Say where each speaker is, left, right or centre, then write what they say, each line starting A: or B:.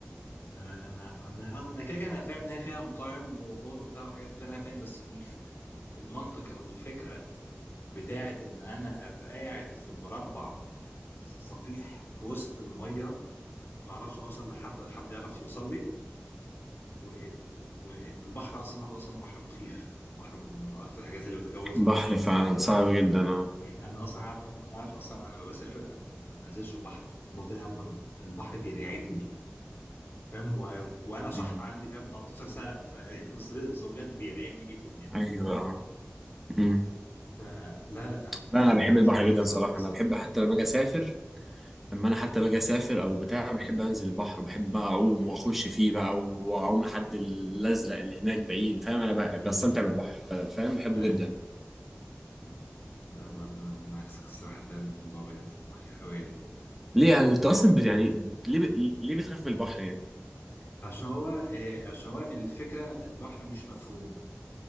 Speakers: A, on the left; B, in the centre.
A: انا انا انا انا كده كده انا فاهم ان هي فيها مطاعم واوض وبتاع والحاجات دي كلها انا فاهم بس الف المنطق او الفكره بتاعت ان انا ابقى قاعد في مربع صفيح في وسط الميه ما اعرفش اوصل لحد ولا حد يعرف يوصل لي وان وان البحر اصلا لوحده اصلا بحر مخيف بحر مخ- من اكتر الحاجات اللي بتخوفني
B: البحر
A: اصلا الصراحه
B: فعلا صعب جدا اه
A: يعني انا اصلا عارف انا عارف اصلا انا لما بسافر انا ما بنزلش البحر بفضل قاعد بره البحر بيرعبني فاهم و... وانا شحط
B: مم.
A: عندي فاهم 13 سنه ف... <laughs> بس بس هو بجد بيرعبني جدا يعني
B: ايوه اه مم.
A: فلا لا انا دي
B: لا انا بحب
A: دي بالنسبه
B: البحر
A: لي حاجه
B: جدا
A: صعبه
B: صراحه
A: قوي الصراحه
B: انا بحب حتى لما اجي اسافر لما انا حتى باجي اسافر او بتاع بحب
A: امم
B: انزل البحر بحب بقى اعوم واخش فيه بقى واعوم لحد الازرق اللي هناك بعيد فاهم انا بقى
A: امم
B: بستمتع بالبحر فاهم بحبه
A: ايوه
B: جدا
A: لا هو انا انا عكسك الصراحه فاهم الموضوع بجد مخيف قوي يعني
B: ليه يعني انت اصلا بت- يعني ليه ب... ليه بتخاف من البحر
A: عشان هو آه، عشان هو الفكره البحر مش مفهوم